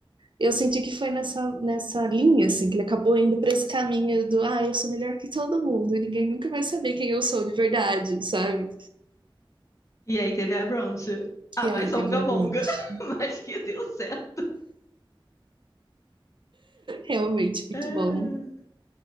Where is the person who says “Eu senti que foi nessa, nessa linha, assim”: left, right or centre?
Right